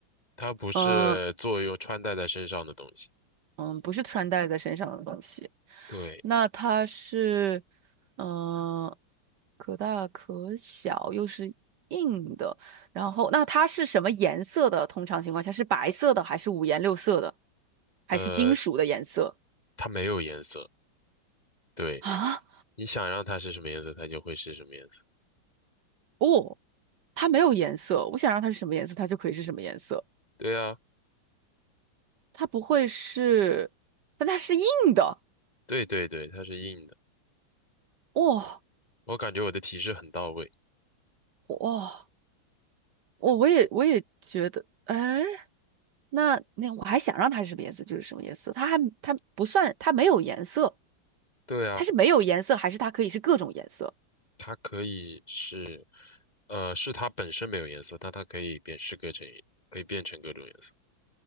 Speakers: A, on the left; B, on the right.
A: 它不是作用穿戴在身上的东西。
B: 嗯、嗯，不是穿戴在身上的东西。
A: 对，
B: 那它是，嗯，可大可小，又是硬的。然后，那它是什么颜色的？通常情况下是白色的，还是五颜六色的，还是金属的颜色
A: 呃，它没有颜色。对，
B: 啊？
A: 你想让它是什么颜色，它就会是什么颜色。
B: 哦，它没有颜色。我想让它是什么颜色，它就可以是什么颜色。
A: 对啊，
B: 它不会是，但它是硬的。
A: 对对对，它是硬的。
B: 哇、
A: 我感觉我的提示很到位。
B: 哇、我我也我也觉得，哎。那那我还想让它是什么颜色，就是什么颜色。它还它不算，它没有颜色，
A: 对啊。
B: 它是没有颜色，还是它可以是各种颜色？
A: 它可以是，呃，是它本身没有颜色，但它可以变是各种，可以变成各种颜色。